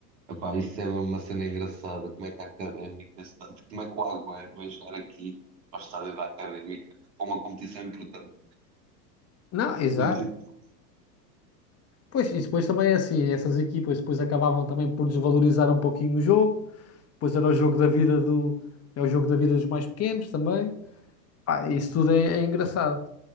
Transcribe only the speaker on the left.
Não, exato.
Pois, e depois também é assim, essas equipas depois acabavam também por desvalorizar um pouquinho o jogo, depois era o jogo da vida do, é o jogo da vida dos mais pequenos também. Pá, isso tudo é, é engraçado.